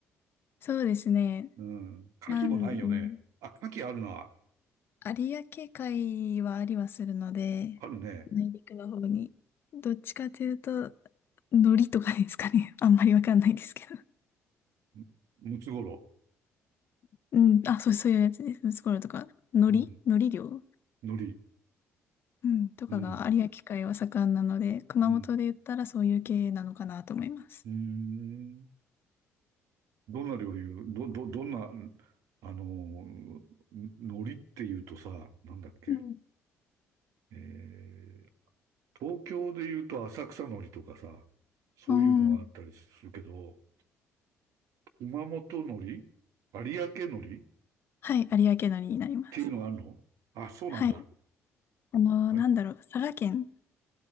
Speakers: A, on the left; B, on the right.
A: そうですね。
B: うん。カキもないよね。
A: なん、
B: あ、カキあるな。
A: 有明海はありはするので、
B: あるね。
A: 内陸の方に。どっちかというと、海苔とかですかね。<laughs> あんまりわかんないですけど。
B: ムムツゴロ
A: <laughs> うん。あ、そう、そういうやつです。ムツゴロウとか。海苔海苔漁
B: ウ。うん。海苔。
A: うん。とかが有明海は盛んなので、
B: うん。
A: 熊本で言ったらそういう系なのかなと思います。
B: うん。うーん。どんな料理を、ど、ど、どんな、あのー、海苔って言うとさ、なんだっけ。
A: うん。
B: えー、東京で言うと浅草海苔とかさ、そういうのがあったりするけど、
A: うん。
B: 熊本海苔有明海苔っ
A: はい。有明海苔になります。
B: ていうのがあるのあ、そうなんだ。
A: はい。あの、
B: あれ、
A: なんだろう。佐賀県。